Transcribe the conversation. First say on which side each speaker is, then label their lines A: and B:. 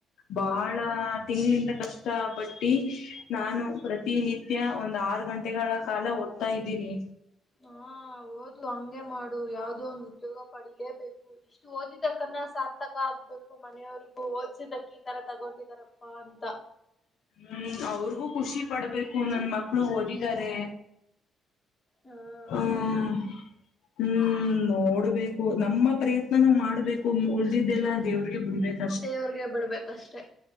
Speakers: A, on the left; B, on the left.
A: ಬಾಳ
B: ಹಾ
A: ತಿಂಗಳಿಂದ ಕಷ್ಟ ಪಟ್ಟಿ ನಾನು ಪ್ರತಿನಿತ್ಯ ಒಂದ್ ಆರು ಗಂಟೆಗಳ ಕಾಲ ಓದ್ತಾ ಇದ್ದೀನಿ
B: ಹಾ ಹಓದ್ಲು ಹಂಗೆ ಮಾಡು ಯಾವ್ದೋ ಒಂದು ಉದ್ಯೋಗ ಪಡಿಲೇಬೇಕು ಇಷ್ಟು ಓದಿದಕ್ಕನ್ನ ಸಾರ್ಥಕ ಆಗ್ಬೇಕು ಮನೆಯವ್ರಗು ಓದ್ದಕ್ಕೆ ಈ ತರ ತಗೊಂಡಿದಾರಪ್ಪಾ ಅಂತ
A: ಹ್ಮ್ ಅವ್ರಿಗೂ ಖುಷಿ ಪಡ್ಬೇಕು ನನ್ ಮಕ್ಳು ಓದಿದಿದ್ದಾರೆ
B: ಹಾ
A: ಹ್ಮ
B: ಹೌದು
A: ಹ್ಮ್ ನೋಡ್ಬೇಕು ನಮ್ಮ ಪ್ರಯತ್ನೂ ಮಾಡ್ಬೇಕು ಉಳಿದಿದ್ದೆಲ್ಲ ದೇವ್ರಿಗೆ ಬಿಡ್ಬೇಕು
B: ದೇವ್ರಿಗೆ ಬಿಡ್ಬೇಕಷ್ಟೇ